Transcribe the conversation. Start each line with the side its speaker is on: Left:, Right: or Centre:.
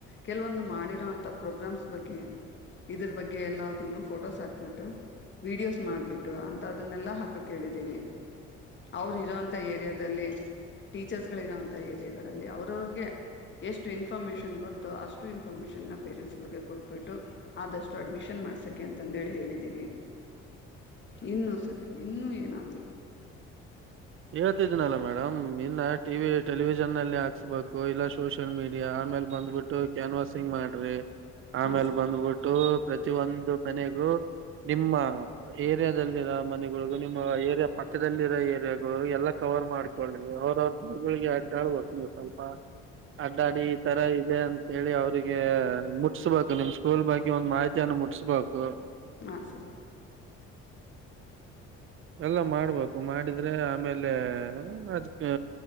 Left: ಕೆಲ, ಂದು ಮಾಡಿರೋಂತ ಪ್ರೋಗ್ರಾಮ್ಸ್ ಬಗ್ಗೆ ಇದ್ರ ಬಗ್ಗೆ ಎಲ್ಲನು ಫೋಟೋಸ್ ಹಾಕ್ಬಿಟ್ಟು. ವಿಡಿಯೋಸ್ ಮಾಡ್ಬಿಟ್ಟು ಅಂತ ಅದನ್ನೆಲ್ಲಾ ಹಾಕೋ ಕೇಳಿದ್ದೀವಿ. ಅವ್ರ ಇರೋಂತಥ ಏರಿಯಾದಲ್ಲಿ ಟೀಚರ್ಸ್ ಗಳ ಇರೋಂತಥ ಏರಿಯಾಗಳಗಳಲ್ಲಿ ಅವ್ರವ್ರಗೆ. ಎಷ್ಟು ಇನ್ಫಾರ್ಮೇಶನ್ ಗೊತ್ತುೋ ಅಷ್ಟು ಇನ್ಫಾರ್ಮೇಶನ್ ನ. ಪೇರೆಂಟ್ಸ್ ಕೊಟ್ಬಿಟ್ಟು ಆದಷ್ಟು ಅಡ್ಮಿಷನ್ ಮಾಡ್ಸಕೆ ಅಂತಂದೇಳಿ ಹೇಳಿದೀವಿ. ಇನ್ನುೂ ಸರ್ ಇನ್ನೂ ಏನದು.
Right: ಹೇಳ್ತಿದನಲ್ಲಾ ಮೇಡಮ್ ಇನ್ನ ಟಿವಿ ಟೆಲಿವಿಷನ್ ಅಲ್ಲಿ ಹಾಕ್ಸ್ಬೇಕು ಇಲ್ಲ ಸೋಷಲ್ ಮೀಡಿಯಾ. ಆಮೇಲ್ ಬಂದ್ಬಿಟ್ಟು ಕ್ಯಾನ್ವಾಸಿಂಗ್ ಮಾಡ್ರಿ ಆಮೇಲ್
Left: ಹಾ ಸರ್
Right: ಬಂದ್ಬಿಟ್ಟು. ಪ್ರತಿಯ ಒಂದು ಮನೆಗೂ ನಿಮ್ಮ ಏರಿಯಾದಲ್ಲಿರ. ಮನೆಗಳಿಗ ನಿಮ್ಮ ಏರಿಯಾ ಪಕ್ಕದಲ್ಲಿ ಇರೋ ಏರಿಯಾಗ. ಎಲ್ಲಾ ಕವರ್ ಮಾಡ್ಕಳಿ ಅವ್ರವ್ರ ಬಗಳಿಗೆ ಅಡ್ಡಾಳ್ಬೋು ನೀವು ಸ್ವಲ್ಪ. ಅಡ್ಡಾಡಿ ಈ ತರ ಇದೆ ಅಂತೇಳಿ ಅವ್ರಿಗೆ ಮುಟ್ಸ್ಬೇಕು ನಿಮ್ ಸ್ಕೂಲ್ ಬಗ್ಗೆ ಒಂದ್ ಮಾಹಿತಿ ಅನ್ನು. ಮುಟ್ಸ್ಬೇಕು.
Left: ನ ಸ.
Right: ಎಲ್ಲ ಮಾಡ್ಬೇಕು ಮಾಡಿದ್ರೆ ಆಮೇಲೆ ಅದ್ಕ್ಕೆ